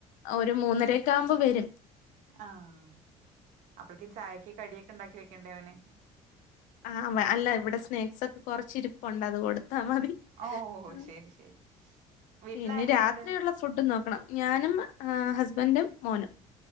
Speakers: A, on the left (about 75°); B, on the right (about 65°).
A: ഒരു മൂന്നര ഒക്കെ ആകുമ്പോൾ വരും.
B: ആഹ അപ്പളേക്കും ചായക്ക് കടിയൊക്കെ ഉണ്ടാക്കി വെക്കണ്ടേ അവന്.
A: ആ അല്ല ഇവിടെ സ്നാക്സ് ഒക്കെ കുറച്ച് ഇരിപ്പുണ്ട് അത് കൊടുത്താ മതി.
B: ഓ ഓ
A: ആ.
B: ശരി ശരി വീട്ടിൽ
A: ഇനി
B: ആരൊക്കെയുണ്ട്.
A: രാത്രിയുള്ള ഫുഡ് നോക്കണം ഞാനും ഹസ്ബൻഡും മോനും.